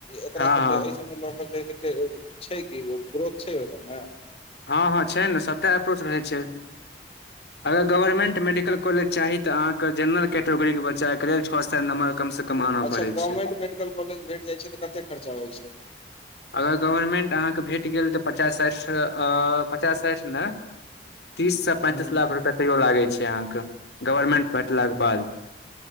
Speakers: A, on the left; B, on the left.
A: एकरा
B: हँ
A: सब
B: हँ
A: अय सब <unintelligible> ल छै कि ग्रोथ छै ओहि सबमे
B: हँ हँ छै ने सभते अप्रोच रहै छै
A: <unintelligible>
B: अगर गवर्नमेंट मेडिकल कॉलेज चाही तऽ अहाँके जे जनरल कैटेगरीे बच्चाके लेल छ सार नम्बर कमसँ कम आनय
A: अच्छा
B: पड़ै
A: गवर्नमेंट
B: छै
A: मेडिकल कॉलेज भेट जाइत छै तऽ कते खर्चा होइ छै
B: अगर गवर्मेंट अहाँकेँ भेट गेल तऽ पचास साठि पचास साठि ने तीससँ पैंतीस
A: हूँ
B: लाख रुपैआ तैयो लागै छै अहाँके गवर्नमेंट भेटलाक बाद